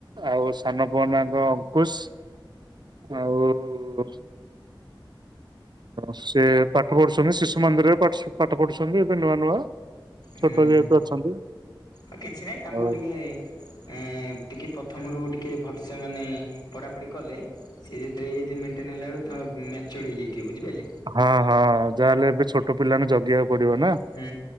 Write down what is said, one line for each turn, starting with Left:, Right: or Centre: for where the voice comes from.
Right: ଆଉ ସାନ ପୁଅ ନା ଅଙ୍କୁଶ ଆଉ ସେ ପାଠ ପଢୁଛନ୍ତି ଶିଶୁ ମନ୍ଦିରରେ ପାଠ ପଢୁଛନ୍ତି ଏବେ ନୂଆ ନୂଆ।
Left: ହୁଁ
Right: ଛୋଟ ଯେହେତୁ
Left: ହୁଁ
Right: ଅଛନ୍ତି।
Left: ଆଉ କିଛି ନାହିଁ ତାଙ୍କୁ
Right: ଆଉ
Left: ଟିକେ ଏଁ ଟିକେ ପ୍ରଥମରୁ ଟିକେ ଭଲସେ ମାନେ ପଢାପଢି କଲେ ସେ ଯେତେବେଳେ ଏଜ୍ ମେଣ୍ଟେନ ହେଲା ବେଳକୁ ତାଙ୍କେ ମେଚୁରେଡ ହେଇଯାଇଥିବେ ବୁଝିପାରିଲେ।
Right: ହଁ ହଁ ଯାହାହେଲେ ଏବେ ଛୋଟ ପିଲାମାନେ ଜଗିବାକୁ ପଡିବ ନା।
Left: ହୁଁ